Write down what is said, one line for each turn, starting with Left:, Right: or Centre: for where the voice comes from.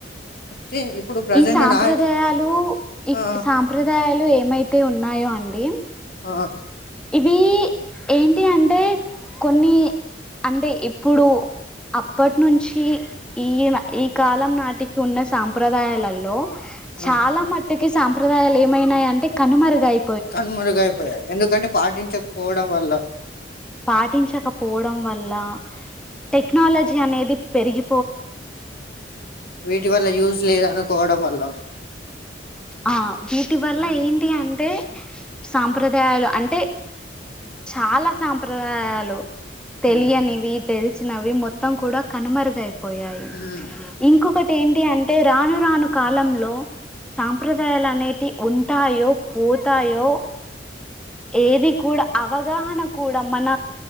Left: అంటే ఇప్పుడు ప్రజెంట్
Centre: ఈ సాంప్రదాయాలు
Left: నాయకు
Centre: ఇక్
Left: ఆ
Centre: సాంప్రదాయాలు ఏమై తే ఉన్నాయో అండి
Left: ఆ ఆ
Centre: ఇవి ఏంటి అంటే కొన్ని అంటే ఇప్పుడు అప్పటి నుంచి ఈయన ఈ కాలం నాటికి ఉన్న సాంప్రదాయాలల్లో
Left: ఆ
Centre: చాలా మటు సాంప్రదాలు ఏమైనాయి అంటే కనుమరగాయ
Left: కనుమరుగైపోయాయి ఎందుకంటే పాటించకపోవడం వల్ల
Centre: పాటించకపోవడం వల్ల టెక్నాలజీ అనేది పెరిగి
Left: వీటి వల్ల యూస్ లేదు అనుకోవడం వల్ల
Centre: ఆ వీటి వల్ల
Left: ఆ,
Centre: ఏంటి అంటే సాంప్రదాయాలు అంటే చాలా సాంప్రదాయాలు తెలియనివి
Left: ఉమ్.
Centre: తెలు వచ్చినవి మొత్తం కూడా కనుమరుగా అయిపోయి పోయాయి
Left: ఉమ్
Centre: ఇంకొకటి ఏంటి అంటే రాను రాను కాలంలో సాంప్రదాయాలు అనేటి ఉంటాయో పోతాయో ఏది కూడా అవగాహన కూడా మన